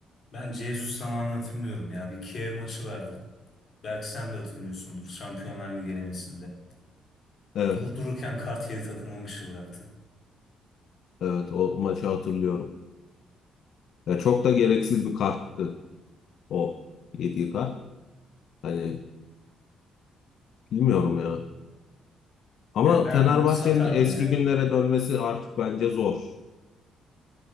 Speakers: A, on the left; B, on the left.
A: ben Jesus zamanı hatırlıyorum ya. Bir Kiev maçı vardı. Belki sen de hatırlıyorsundur Şampiyonlar Ligi elemesinde.
B: Evet
A: Durup dururken kart yedi takımı 10 kişi bıraktı.
B: evet o maçı hatırlıyorum. Ya çok da gereksiz bir karttı o yediği kart. Hani bilmiyorum ya. Ama
A: Ya ben
B: Fenerbahçe'nin
A: satardım
B: eski
A: ya.
B: günlere dönmesi artık bence zor.